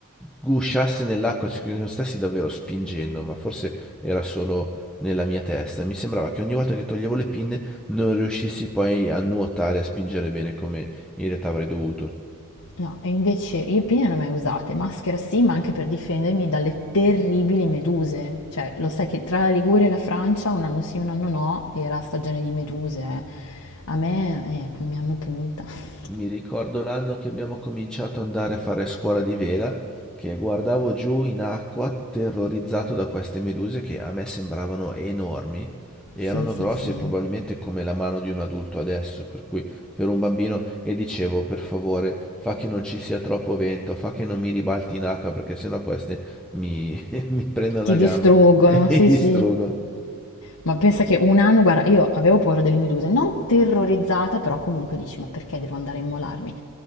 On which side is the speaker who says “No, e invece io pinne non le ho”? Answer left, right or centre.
Left